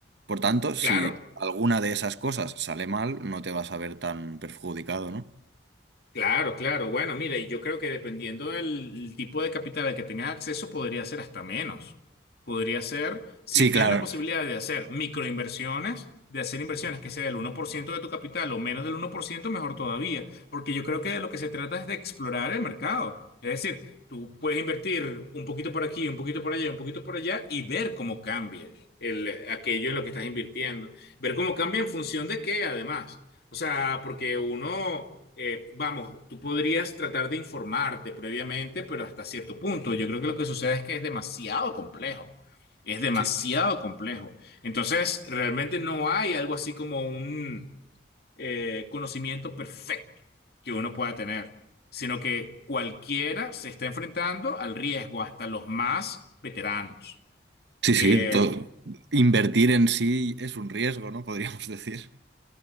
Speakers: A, on the right (about 65°); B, on the left (about 60°).
A: Por tanto, si
B: Claro.
A: alguna de esas cosas sale mal, no te vas a ver tan perjudicado, ¿no?
B: Claro, claro. Bueno, mira, y yo creo que dependiendo del tipo de capital al que tengas acceso, podría ser hasta menos. Podría ser, si
A: Sí,
B: tienes
A: claro.
B: la posibilidad de hacer microinversiones, de hacer inversiones que sea del uno por ciento de tu capital o menos del uno por ciento, mejor todavía. Porque yo creo que de lo que se trata es de explorar el mercado. Es decir, tú puedes invertir un poquito por aquí, un poquito por allá, un poquito por allá y ver cómo cambia el, aquello en lo que estás invirtiendo. Ver cómo cambia en función de qué, además. O sea, porque uno, eh, vamos, tú podrías tratar de informarte previamente, pero hasta cierto punto. Yo creo que lo que sucede es que es demasiado complejo. Es demasiado
A: Sí.
B: complejo. Entonces, realmente no hay algo así como un eh, conocimiento perfecto que uno pueda tener, sino que cualquiera se está enfrentando al riesgo, hasta los más veteranos.
A: Sí,
B: Eh,
A: sí, to- invertir en sí es un riesgo, ¿no? Podríamos <laughs> decir.